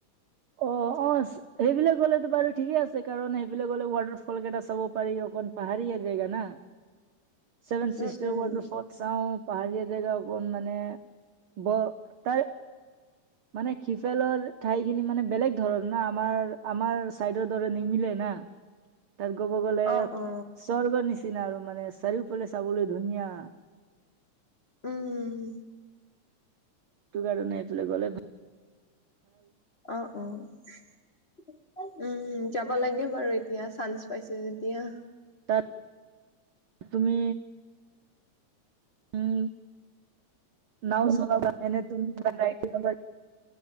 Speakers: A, on the right; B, on the left.
A: অ, অ, সেইবিলাক গ'লেতো বাৰু ঠিকে আছে। কাৰণ সেইবিলাক গ'লে ৱাটাৰ ফলকেইটা চাব পাৰি। অকণ পাহাৰীয়া জেগা না। চেভেনচিষ্টাৰ
B: উম উম
A: ৱাটাৰফ'ল চাওঁ পাহাৰীয়া জেগা অকণ মানে ব তাৰ মানে সিফালৰ ঠাই খিনি মানে বেলেগ ধৰণ ন। আমাৰ, আমাৰ চাইডৰ দৰে নিমিলে না। তাত ক'ব গ'লে,
B: অ অ
A: স্বৰ্গৰ নিচিনা আৰু মানে চাৰিওফালে চাবলৈ ধুনীয়া।
B: উম
A: এইটো কাৰণে এইফালে গ'লে ভা
B: অ'। অ' উম, উম, যাব লাগে বাৰু এতিয়া চান্স পাইছে যেতিয়া।
A: তাত, তুমি <unintelligible> নাওঁ চলাবা এনে তুমি <unintelligible>